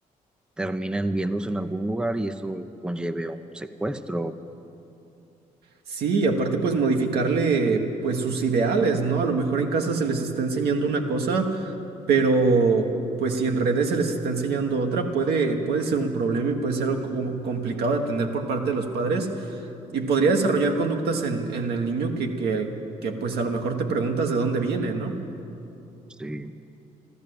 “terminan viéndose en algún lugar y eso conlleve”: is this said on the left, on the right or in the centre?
Centre